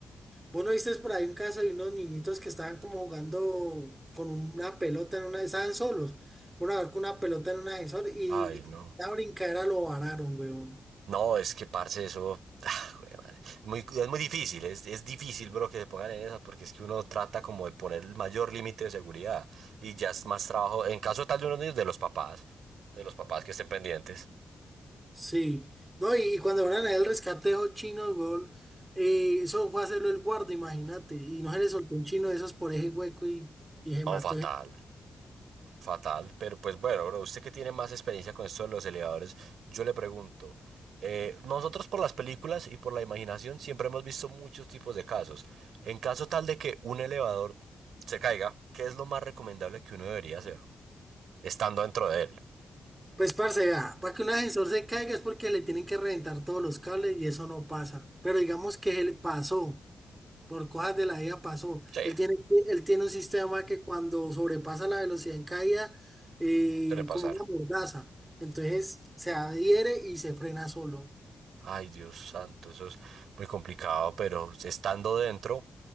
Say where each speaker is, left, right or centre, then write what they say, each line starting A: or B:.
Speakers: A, on the right; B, on the right.
A: Vos no viste por ahí un caso de unos niñitos que estaban como jugando con una pelota en una, estaban solos, una vez con una pelota en un ascensor y
B: Ay, no.
A: la brincadera lo vararon, weón.
B: No, es que parce, eso. <laughs> <sighs> ah, güey, madre. Es muy, es muy difícil, es, es difícil, bro, que se pongan en esa, porque es que uno trata como de poner el mayor límite de seguridad y ya es más trabajo, en caso tal de unos niños, de los papás, de los papás que estén pendientes.
A: Sí, no, y, y cuando fueron a el rescate de esos chinos, weón, eh, eso fue a hacerlo el guarda, imagínate, y no se le soltó un chino de esos por ese hueco y, y se
B: Oh,
A: mató.
B: fatal,
A: ese-
B: fatal, pero pues bueno, bro, usted que tiene más experiencia con esto de los elevadores, yo le pregunto, eh, nosotros por las películas y por la imaginación siempre hemos visto muchos tipos de casos. En caso tal de que un elevador se caiga, ¿qué es lo más recomendable que uno debería hacer? estando dentro de él.
A: Pues, parce, vea, para que un ascensor se caiga es porque le tienen que reventar todos los cables y eso no pasa, pero digamos que se le pasó. Por cosas de la vida pasó.
B: Sí,
A: Él tiene, que- él tiene un sistema que cuando sobrepasa la velocidad en caída, eh,
B: suele pasar.
A: como una mordaza. Entonces se adhiere y se frena solo.
B: Ay, Dios santo, eso es muy complicado, pero estando dentro,